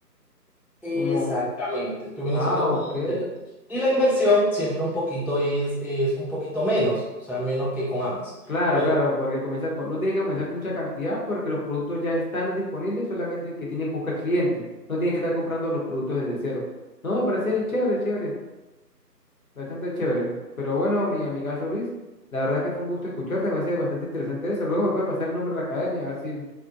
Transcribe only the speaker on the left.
Como,
ah,
ok.
Claro,
claro, porque comienza con, no tiene que comenzar con mucha cantidad porque los productos ya están disponibles, solamente que tiene que buscar clientes. No tiene que estar comprando los productos desde cero. No, me parece chévere, chévere. Bastante chévere. Pero bueno, mi amigazo Luis, la verdad que fue un gusto escucharte, me parece bastante interesante eso. Luego me puede pasar el nombre de la academia, a ver si,